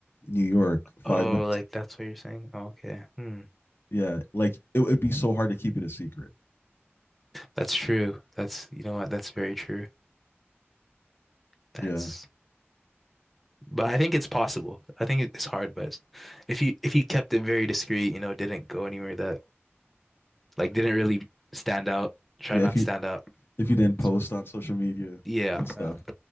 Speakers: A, on the left; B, in the centre.
A: New York five
B: Oh,
A: minutes.
B: like that's what you're saying? Okay. Hmm.
A: Yeah, like it would be so hard to keep it a secret.
B: That's true. That's, you know what? That's very true. That's
A: Yeah,
B: But I think it's possible. I think it's hard, but if you if you kept it very discreet, you know, didn't go anywhere that like didn't really stand out, try
A: yeah.
B: not
A: If
B: to
A: you
B: stand out.
A: if you didn't
B: it's-
A: post on social media
B: Yeah,
A: and stuff.
B: uh,